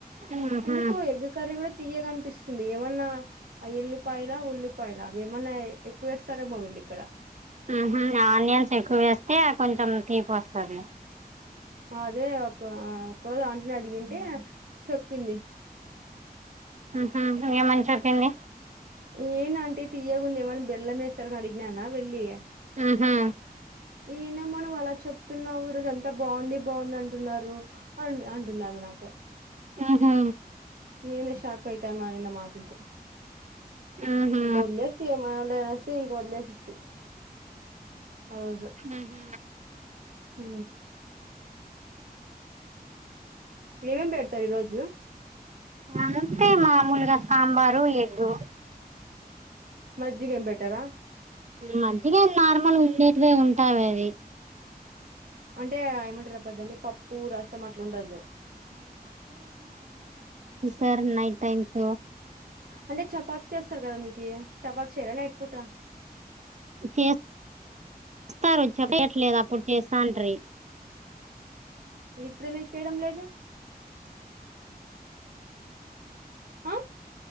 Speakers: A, on the right; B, on the right.
A: ఉహు
B: ఎందుకో ఎగ్ కర్రీ కూడా తీయగనిపిస్తుంది ఏమన్నా ఆ ఎల్లిపాయలా ఉల్లిపాయలా ఏమన్నా ఎక్కువ చేస్తారో వీళ్లు ఇక్కడ
A: ఉ హు ఆనియన్స్ ఎక్కువ వేస్తే కొంచెం తీపి వస్తుంది
B: అదే ఒక ఒక్క రోజు ఆంటిని అడిగింటే చెప్పింది <inaudible>
A: ఉ హు ఏమని చెప్పింది
B: ఏంది ఆంటీ తీయగా ఉంది ఏమైన్నా బెల్లం వేశారా అని అడిగినానా వెళ్ళి
A: ఉ హు
B: ఏందమ్మా నువ్వు అలా చెప్తున్నావ్ ఈ రోజంతా బావుంది బావుంది అంటున్నారు అ అంటున్నారు ఆమె నాతో
A: ఉహు
B: నీనే షాక్ అయితే మా ఆయన మాటలకి
A: ఉహు
B: ఇంక వదిలేసి ఏమ అట్లా అని వదిలేసిన ఆ రోజంతా ఏం తినలే
A: ఉ హు
B: ఉ మీరేమీ పెడతారు ఈ రోజు
A: అంతే మామూలుగా సాంబారు ఎగ్గు
B: మజ్జిగ ఎం బెటార
A: మజ్జిగ ఎం నార్మల్ ఉండేటీవే ఉంటావు అది
B: అంటే ఏమంటారు అబ్బా అది పప్పు రసం అట్లా ఉండదు
A: సార్ నైట్ టైమ్స్
B: అంటే చపాతి చేస్తారు కదా మీకు చపాతి చేయర నైట్ పూట
A: చేస్ చేస్తారు చెప్పయట్లేదు అప్పుడు చేస్తాంట్రీ
B: ఇప్పుడు ఎందుకు చేయడం లేదు ఆ